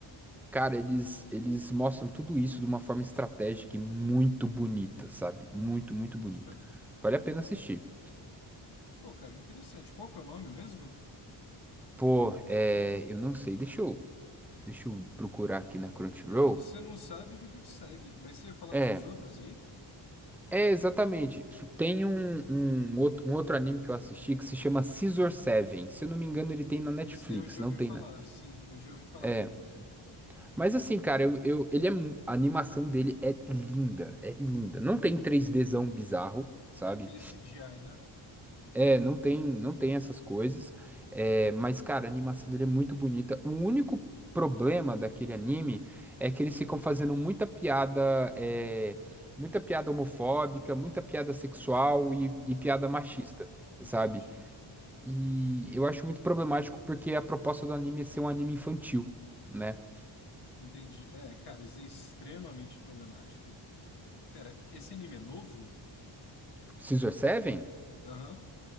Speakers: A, in the centre; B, on the left.
A: Cara, eles, eles mostram tudo isso de uma forma estratégica e muito bonita, sabe? Muito,
B: Hum,
A: muito
B: boto
A: bonita.
B: fé.
A: Vale a pena assistir.
B: Pô, cara, interessante. Qual que é o nome mesmo?
A: Pô, é, eu não sei, deixa eu, deixa eu procurar aqui na Crunchyroll.
B: Ah, não. Se Você não sabe, vida que segue. Mas você ia falar
A: É.
B: de uns outros aí?
A: É, exatamente. Tem um, um, outro, um outro anime que eu assisti que se chama Scissor Seven. Se eu não me engano, ele tem na Netflix,
B: Esse daí eu já
A: não
B: ouvi
A: tem,
B: falar,
A: né?
B: sim, eu já ouvi falar
A: É.
B: dele.
A: Mas assim, cara, eu, eu- ele é, mu- a animação dele é linda, é linda. Não tem três dzão bizarro, sabe?
B: Aquele CGI, né?
A: É, não tem, não tem essas coisas. É, mas, cara, a animação dele é muito bonita. O único problema daquele anime é que eles ficam fazendo muita piada, é, muita piada homofóbica, muita piada sexual e,
B: Hum,
A: e piada machista,
B: Entendi,
A: sabe? E eu acho muito problemático porque a proposta do anime é ser um anime infantil, né?
B: entendi. É, cara, isso é extremamente problemático. Pera, esse anime é novo?
A: Scissor Seven?
B: Aham.